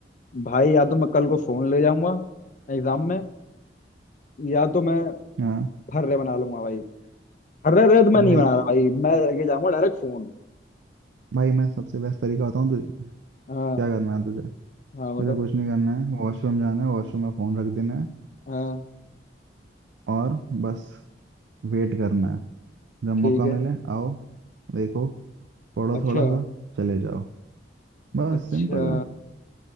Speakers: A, on the left; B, on the right.
A: भाई या तो मैं कल को फोन ले जाऊंगा एग्जाम में या तो मैं
B: हाँ
A: फर्रे बना लूंगा भाई फर्रे रे तो मैं नहीं
B: भाई
A: बना रहा भाई मैं लेके जाऊंगा डायरेक्ट फोन
B: भाई मैं सबसे बेस्ट तरीका बताऊँ तुझे
A: हाँ
B: क्या करना है तुझे
A: हाँ
B: तुझे
A: बता
B: कुछ नहीं करना है वॉशरूम जाना है वॉशरूम में फोन रख देना है
A: हाँ
B: और बस वेट करना है जब
A: ठीक
B: मौका
A: है
B: मिले आओ देखो पढ़ो
A: अच्छा
B: थोड़ा सा चले जाओ बस
A: अच्छा
B: सिंपल है